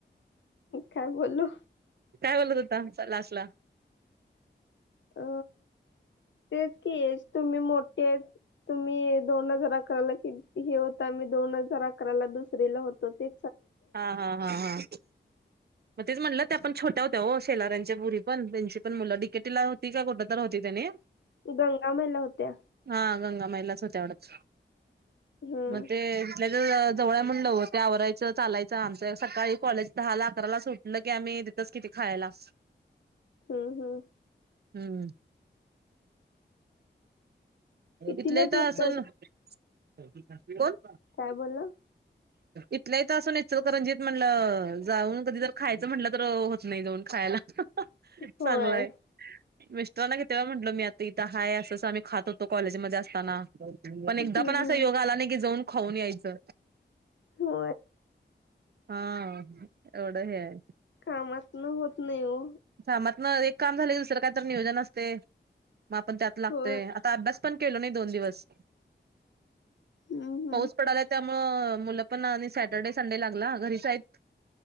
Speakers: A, on the left; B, on the right.
A: काय बोललो
B: काय बोलत होता लास्ट ला
A: अ तेच की येस तुम्ही मोठे तुम्ही दोन हजार अकराला क हे होता आम्ही दोन हजार अकराला दुसरला होतो ते
B: हा हा हा हा. मग तेच म्हटलं ते आपण छोट्या होत्या हो शेलार्यांच्या बुरी पण त्यांची पण मुलं डिकेटीला होती का कुठं तर होती त्याने
A: गंगामायला होत्या
B: हा गंगा महिलाच होतवढत.
A: हम्म
B: मग ते जिथल्या तिथं. जवळ म्हणलं हो आवरायचं चालायचं आमच सकाळी कॉलेज दहा लाख ला सुटलं की आम्ही तिथच किती खायला.
A: हम्म हम्.
B: हम्म.
A: कितीला
B: इथले
A: झोपताय
B: तर अस
A: तुम्ही
B: कोण?
A: काय बोलल.
B: इथल्या इथं असून इचलकरंजीत म्हंटलं जाऊन कधी तर खायचं म्हटलं तर होत नाही जाऊन खायला.
A: होय
B: चांगलाय मिस्टरांना किती व म्हटलो मी आता इथं हाय असं आम्ही खात होतो. तो कॉलेजमध्ये असताना पण एकदा
A: हम्म
B: पण असा
A: हम्म
B: योगा आला नाही की जाऊन खाऊन यायचं
A: हो...
B: हा एवढं हे आहे...
A: काम होत नाही हो...
B: कामातन एक काम झाले दुसर काही नियोजन असते मग आपण त्यात लागतोय
A: होय
B: आता अभ्यास केलो नाही दोन दिवस
A: हम्म हम्म
B: पाऊस पडाला. मुल पण आणि सॅटर्डे संडे लागला घरीच आहेत.